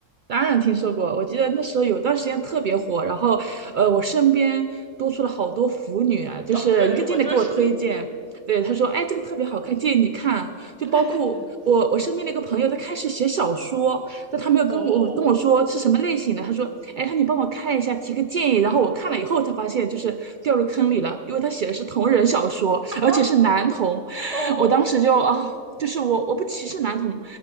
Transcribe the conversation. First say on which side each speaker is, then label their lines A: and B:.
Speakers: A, on the right; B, on the right.
A: 当然听说过，我记得那时候有段时间特别火，然后，呃，我身边多出了好多腐女啊，就是一个劲的给我推荐。
B: 哦，对，我就是，
A: 对，他说，哎，这个特别好看，建议你看。就包括我，
B: <laughs>
A: 我身边的一个朋友，他开始写小说，但他没有跟我跟我说是什么类型的。
B: 哦，
A: 他说，哎，他你帮我看一下，提个建议。然后我看了以后才发现，就是掉入坑里了，因为他写的是同人小说，
B: <laughs>
A: 而且是男同。<laughs>
B: 哦。
A: 我当时就啊，就是我我不歧视男同，